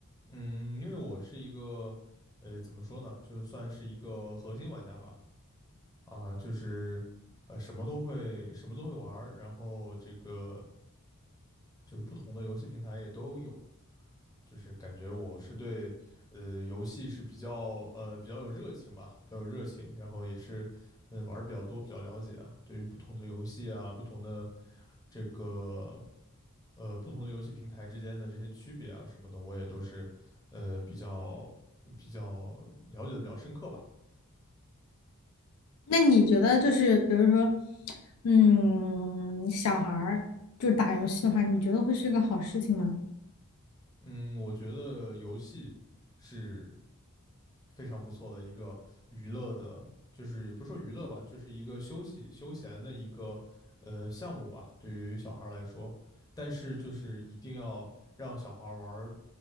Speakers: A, on the left; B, on the left.
A: 嗯，因为我是一个，呃，怎么说呢，就算是一个核心玩家吧。啊，就是呃什么都会什么都会玩儿，然后这个就是不同的游戏平台也都有，就是感觉我是对呃游戏是比较呃比较有热情吧，比较有热情，然后也是嗯、呃玩儿比较多，比较了解啊，对于不同的游戏啊，不同的这个呃不同的游戏平台之间的这些区别啊什么的，我也都是呃比较比较了解的比较深刻吧。
B: 那你觉得就是，比如说，嗯，小孩儿就是打游戏的话，你觉得会是个好事情吗？
A: 嗯，我觉得游戏是非常不错的一个娱乐的，就是也不是说娱乐吧，就是一个休息休闲的一个呃项目吧，对于小孩儿来说。但是就是一定要让小孩儿玩儿